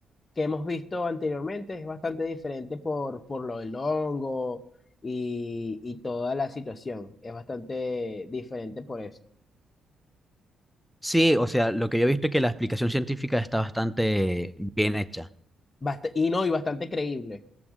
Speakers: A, on the left; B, in the centre.
A: que hemos visto anteriormente es bastante diferente por, por lo del hongo y, y toda la situación. Es bastante diferente por eso.
B: Sí, o sea, lo que yo he visto es que la explicación científica está bastante bien hecha.
A: Bast- y no, y bastante creíble.